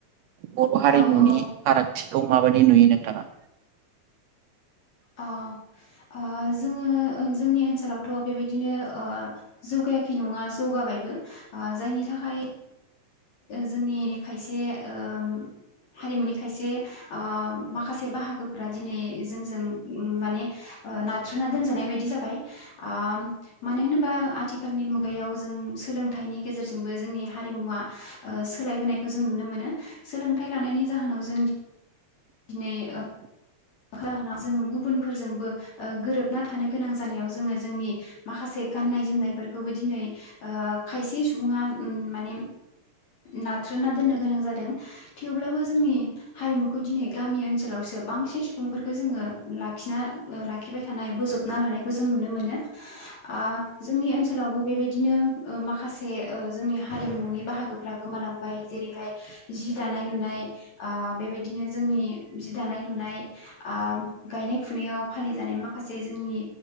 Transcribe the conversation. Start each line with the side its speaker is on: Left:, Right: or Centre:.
Right: बर' हारिमुनि
Left: औ औ
Right: फाराग थिखौ माबायदि नुयो नोंथाङा?
Left: ओ ओ जोङो जोंनि ओनसोलावथ' बेबायदिनो ओ जौगायाखै नङा जौगाबायबो ओ जायनि थाखाय जोंनि खायसे ओम हारिमुनि खायसे ओ माखासे बाहागोफोरा दिनै जोंजों माने ओ नाथ्रोना दोनजानाय बायदि जाबाय ओ मानो होनोबा आथिखालनि मुगायाव जों सोलोंथाइनि गेजेरजोंबो जोंनि हारिमुवा ओ सोलायबोनायखौ जों नुनो मोनो सोलोंथाइ लानायनि जाहोनाव जों दिनै ओ जाहोनाव जोङो गुबुनफोरजोंबो ओ गोरोबना थानो गोनां जानायाव जोङो जोंनि माखासे गाननाय जोमनायफोरखौबो दिनै ओ खायसे सुबुङा उम माने नाथ्रोदना दोननो गोनां जादों थेवब्लाबो जोंनि हारिमुखौ दिनै गामि ओनसोलावसो बांसिन सुबुंफोरखौ जोङो लाखिना ओ लाखिबाय थानाय बोजबना लानायखौ जों नुनो मोनो ओ जोंनि ओनसोलावबो बेबायदिनो ओ माखासे ओ जोंनि हारिमुनि बाहागोफ्रा गोमालांबाय जेरैहाय जि दानाय लुनाय ओ बेबायदिनो जोंनि जि दानाय लुनाय, ओ गायनाय फुनायाव फालि जानाय माखासे जोंनि